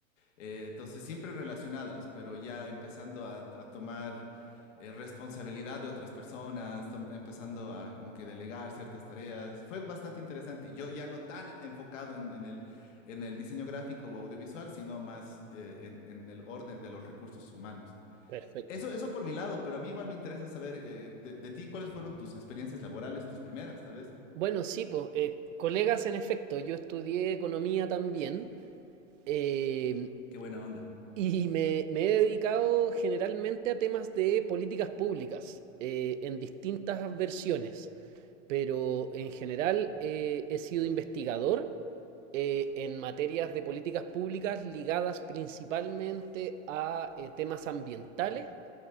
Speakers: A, on the left; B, on the right.
A: Eh, entonces, siempre relacionadas, pero ya empezando a, a tomar eh, responsabilidad de otras personas, tom- empezando a como que delegar ciertas tareas. Fue bastante interesante. Yo ya no tan enfocado en, en el, en el diseño gráfico o audiovisual, sino más eh, en, en el orden de los recursos humanos.
B: Perfecto.
A: Eso, eso por mi lado, pero a mí igual me interesa saber eh, de, de ti cuáles fueron tus experiencias laborales, tus primeras, tal vez.
B: Bueno, sí, pues, colegas en efecto, yo estudié economía también eh,
A: Qué buena onda.
B: y me, me he dedicado generalmente a temas de políticas públicas eh, en distintas versiones, pero en general eh, he sido investigador eh, en materias de políticas públicas ligadas principalmente a eh, temas ambientales.